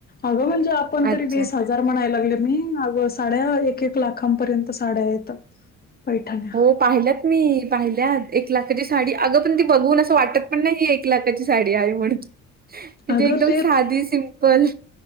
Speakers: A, on the left; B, on the right.
A: अगं म्हणजे आपण तरी
B: अच्छा
A: वीसज ह जार म्हणाय लागले मी अग साड्या एक एक लाखांपर्यंत साड्या आहेत बैठणी
B: हो पाहिल्यात मी पाहिल्यात एक लाखाची साडी अगं पण ती बघून असं वाटत पण नाही एक एक लाखची साडी आहे म्हणून म्हणजे
A: अगं
B: एकदम साधी सिंपल